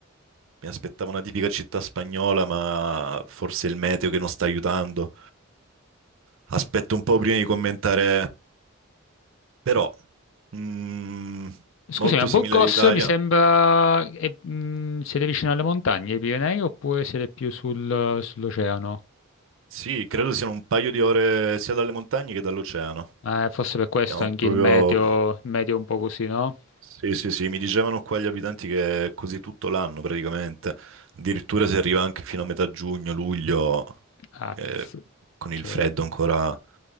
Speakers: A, on the right; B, on the left.
A: mi aspettavo una tipica città spagnola, ma forse il meteo che non sta aiutando. Aspetto un po' prima di commentare, però, mm,
B: Scusami,
A: molto
B: a Burgos
A: simile all'Italia.
B: mi sembra... è- mm, siete vicino alle montagne, ai Pirenei, oppure siete più sul- sull'oceano?
A: Sì, credo siano un paio di ore sia dalle montagne che dall'oceano.
B: Eh, forse per questo
A: Siamo
B: anche
A: proprio...
B: il meteo, il meteo è un po' così, no?
A: Sì, sì, sì, mi dicevano qua gli abitanti che è così tutto l'anno praticamente, addirittura si arriva anche fino a metà giugno, luglio,
B: Ah,
A: eh,
B: z-
A: con il
B: ok.
A: freddo ancora